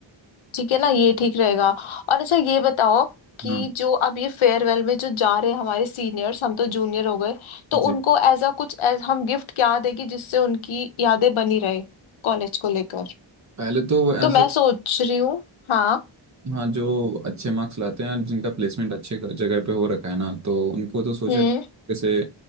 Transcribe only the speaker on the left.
ठीक है ना ये ठीक रहेगा और अच्छा ये बताओ कि
जो अब ये फेयरवेल में जो जा रहे हैं हमारे सीनियर्स हम तो जूनियर हो गए तो
उनको एज अ कुछ as हम गिफ्ट क्या देगी जिससे उनकी यादें बनी रहे कॉलेज को लेकर
तो
मैं सोच रही हूँ हाँ
हम्म